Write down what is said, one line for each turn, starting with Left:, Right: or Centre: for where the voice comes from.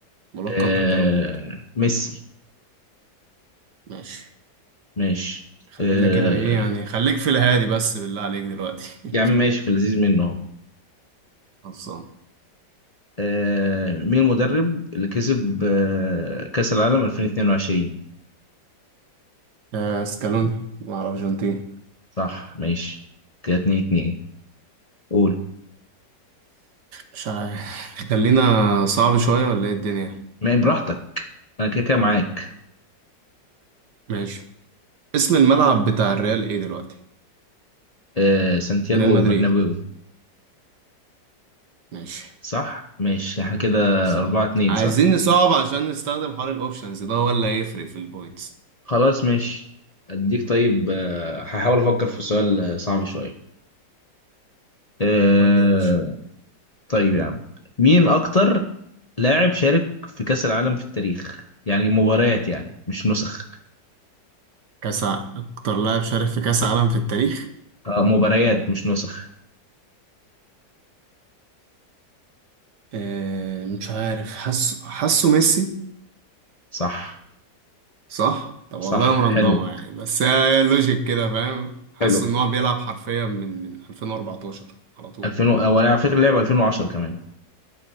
Right: ملقب
Left: آه...
Right: بالبرغوت
Left: ميسي
Right: ماشي
Left: ماشي
Right: خلينا
Left: آه...
Right: كده إيه يعني خليك في الهادي بس بالله عليك دلوقتي
Left: يا عم ماشي في اللذيذ منه اهو
Right: <laughs> خلصان
Left: آه... مين المدرب اللي كسب آه... كأس العالم 2022
Right: آه، سكالوني مع الأرجنتين
Left: صح ماشي كده 2 2 قول
Right: مش عارف خلينا صعب شوية ولا إيه الدنيا
Left: ما براحتك انا كده كده معاك
Right: ماشي اسم الملعب بتاع الريال إيه دلوقتي؟
Left: آه... سانتياغو
Right: ريال مدريد
Left: برنابيو
Right: ماشي
Left: صح ماشي احنا كده
Right: صح
Left: أربعة اتنين
Right: عايزين
Left: صح
Right: نصعب عشان نستخدم حوار الاوبشنز ده هو اللي هيفرق في البوينتس
Left: خلاص ماشي أديك طيب آه، هحاول أفكر في سؤال آه، صعب شوية أه...
Right: ودي يا باشا
Left: طيب يا عم مين أكتر لاعب شارك في كأس العالم في التاريخ يعني مباريات يعني مش نسخ
Right: كاس ع- اكتر لاعب شارك في كاس عالم في التاريخ
Left: أه مباريات مش نسخ
Right: آه، مش عارف حاسه حاسه ميسي
Left: صح
Right: صح طب
Left: صح
Right: والله مرندمه
Left: حلو
Right: يعني بس هي هي لوجيك كده فاهم حاسه
Left: حلو
Right: ان هو بيلعب حرفيا من من 2014 على طول
Left: 2000 و... هو على فكرة لعب 2010 كمان